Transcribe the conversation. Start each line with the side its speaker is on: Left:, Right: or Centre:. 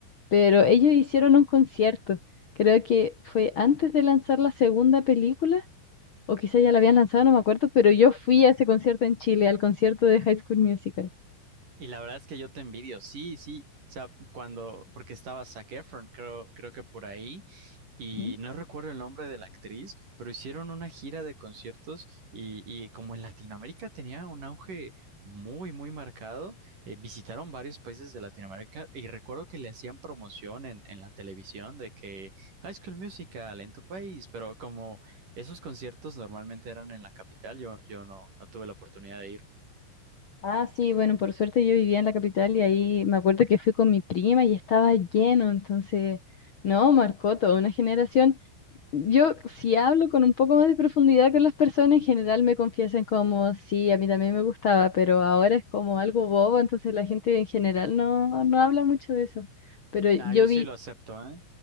Left: pero ellos hicieron un concierto. Creo que fue antes de lanzar la segunda película, o quizá ya la habían lanzado, no me acuerdo, pero yo fui a ese concierto en Chile, al concierto de High School Musical.
Right: Y la verdad es que yo te envidio, sí, sí, o sea, cuando, porque estaba Zac Efron, creo, creo que por ahí, y
Left: Ujú.
Right: no recuerdo el nombre de la actriz, pero hicieron una gira de conciertos y, y como en Latinoamérica tenía un auge muy, muy marcado, eh, visitaron varios países de Latinoamérica y recuerdo que le hacían promoción en, en la televisión de que High School Musical en tu país, pero como esos conciertos normalmente eran en la capital, yo, yo no, no tuve la oportunidad de ir.
Left: Ah, sí, bueno, por suerte yo vivía en la capital y ahí me acuerdo que fui con mi prima y estaba lleno, entonces, no, marcó toda una generación. Yo, si hablo con un poco más de profundidad con las personas, en general me confiesan como, sí, a mí también me gustaba, pero ahora es como algo bobo, entonces la gente en general no, no habla mucho de eso. Pero yo
Right: Nah, yo sí
Left: vi,
Right: lo acepto, ¿eh?